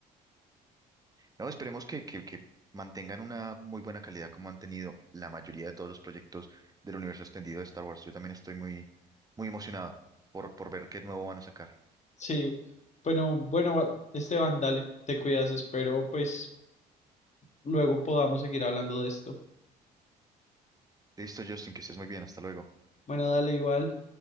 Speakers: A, on the right (about 15°); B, on the left (about 35°).
A: No, esperemos que, que, que mantengan una muy buena calidad como han tenido la mayoría de todos los proyectos del universo extendido de Star Wars. Yo también estoy muy, muy emocionado por, por ver qué nuevo van a sacar.
B: Sí, bueno, bueno, Wa- Esteban, dale, te cuidas, espero pues luego podamos seguir hablando de esto.
A: Listo, Justin, que estés muy bien. Hasta luego.
B: Bueno, dale igual.